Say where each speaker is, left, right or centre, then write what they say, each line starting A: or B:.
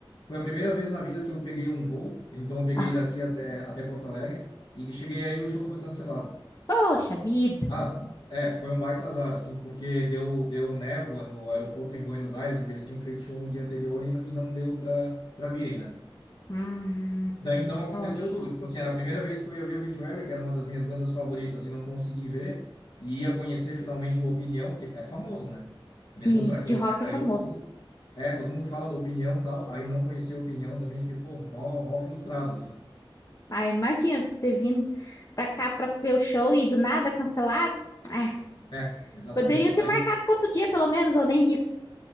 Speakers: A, on the left (about 60°); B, on the left (about 40°).
A: Foi a primeira vez na vida que eu peguei um voo, então eu peguei
B: Ah,
A: daqui até, até Porto Alegre, e cheguei aí o show foi cancelado.
B: poxa vida.
A: Ah, é, foi um baita azar, assim, porque deu, deu névoa no aeroporto em Buenos Aires, onde eles tinham feito show no dia anterior e, n- e não deu pra, pra virem, né?
B: Hum,
A: Daí então aconteceu
B: poxa.
A: tudo. Tipo assim, era a primeira vez que eu ia ver o Obituary, que era uma das minhas bandas favoritas, e não consegui ver, e ia conhecer finalmente o Opinião, que é famoso, né?
B: Sim,
A: Mesmo pra quem
B: de rock
A: não é daí,
B: é famoso.
A: todo mundo, é, todo mundo fala do Opinião e tal, aí não conhecia o Opinião também, fiquei, pô, mó, mó frustrado, assim.
B: Ah, imagina tu ter vindo pra cá pra ver o show e do nada cancelado. Ah,
A: É, exatamente.
B: poderiam ter
A: Aí
B: marcado para outro dia, pelo menos, ou nem isso.